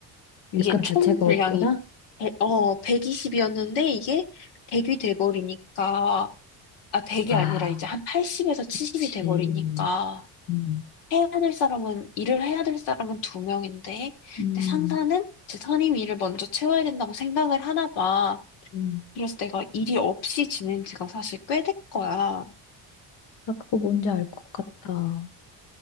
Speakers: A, on the left; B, on the left.
A: 일감
B: 이게 총
A: 자체가
B: 분량이
A: 없구나?
B: 백- 어, 120이었는데 이게 100이 돼버리니까, 아, 100이
A: 아,
B: 아니라 이제 한 80에서 70이
A: 그치.
B: 돼버리니까,
A: 음,
B: 해야 될 사람은, 일을 해야 될 사람은 두 명인데,
A: 음,
B: 근데 상사는 제 선임 일을 먼저 채워야 된다고 생각을 하나 봐.
A: 음,
B: 그래서 내가 일이 없이 지낸 지가 사실 꽤 된 거야.
A: 나 그거 뭔지 알 것 같다.